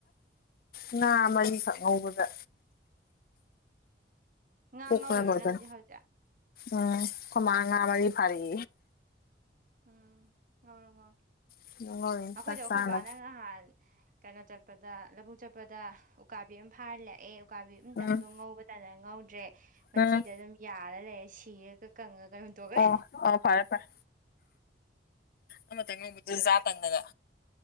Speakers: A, on the left (about 55°); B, on the right (about 50°).
A: ꯉꯥ ꯃꯔꯤꯈꯛ ꯉꯧꯕꯗ
B: ꯉꯥ ꯉꯧꯔꯤꯔꯣ
A: ꯄꯁ
B: ꯅꯪꯁꯦ ꯍꯧꯖꯤꯛ
A: ꯎꯝ ꯀꯃꯥ ꯉꯥ ꯃꯔꯤ ꯐꯔꯤ
B: ꯎꯝ ꯉꯧꯔꯣ ꯉꯧꯔꯣ
A: <unintelligible>
B: ꯅꯈꯣꯏꯁꯨꯣ ꯑꯩꯈꯣꯏ
A: ꯆꯥꯅꯕ
B: ꯕꯥ ꯅꯪꯅꯥꯟ ꯀꯩꯅꯣ ꯆꯠꯄꯗ ꯂꯧꯕꯨꯛ ꯆꯠꯄꯗ ꯎꯀꯥꯕꯤ ꯑꯃ ꯐꯥꯔ ꯂꯥꯛꯑꯦ ꯎꯀꯥꯕꯤ ꯑꯃꯇꯪꯗꯣ
A: ꯎꯝ
B: ꯉꯧꯕꯗ ꯇꯅ ꯉꯧꯗ꯭ꯔꯦ ꯃꯆꯤꯗ
A: ꯎꯝ
B: ꯑꯗꯨꯝ ꯌꯥꯔ ꯂꯩꯔꯦ ꯁꯤꯔꯒ ꯀꯪꯉꯒ ꯍꯨꯟꯇꯣꯛꯈ꯭ꯔꯦ
A: ꯑꯣ ꯑꯣ ꯐꯔꯦ ꯐꯔꯦ ꯑꯃꯇꯪ ꯉꯧꯕꯖꯨ ꯆꯥ ꯇꯟꯗꯅ